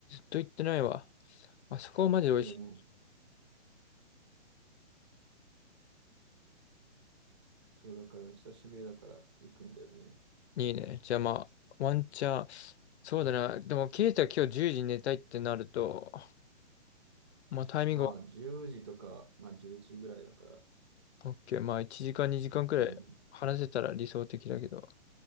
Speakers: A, on the left; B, on the right.
A: と行ってないわ。あそこマジで美味し
B: 俺も。そうだから、久しぶりだから行くんだよね。
A: い。いいね。じゃあまあ、ワンチャン。そうだな。でも、ケイタ今日10時に寝たいってなると、まあタイミングは、
B: まあ、10時とか、まあ、11時ぐらいだから。
A: オッケー。まあ1時間2時間くらい話せたら理想的だけど。
B: うん。